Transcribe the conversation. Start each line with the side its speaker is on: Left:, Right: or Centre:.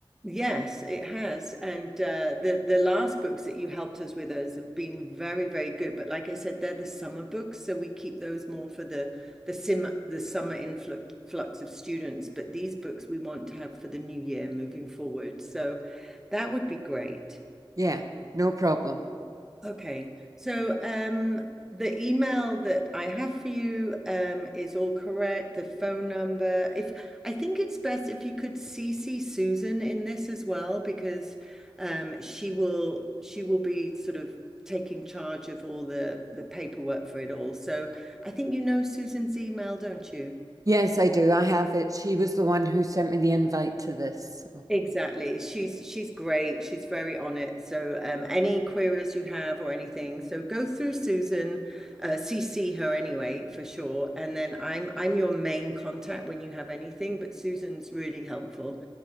Centre: Yes, it has. And uh, the the last books that you helped us with us have been very, very good. But like I said, they're the summer books, so we keep those more for the the sim the summer influx flux of students. But these books we want to have for the new year moving forward. So that would be great.
Right: Yeah, no problem.
Centre: Okay. So um, the email that I have for you um, is all correct. The phone number. If I think it's best if you could CC Susan in this as well, because um, she will she will be sort of taking charge of all the the paperwork for it all. So I think you know Susan's email, don't you?
Right: Yes, I do. I have it. She was the one who sent me the invite to this. So.
Centre: Exactly. She's she's great. She's very on it. So um, any queries you have or anything, so go through Susan, uh, CC her anyway for sure. And then I'm I'm your main contact when you have anything, but Susan's really helpful.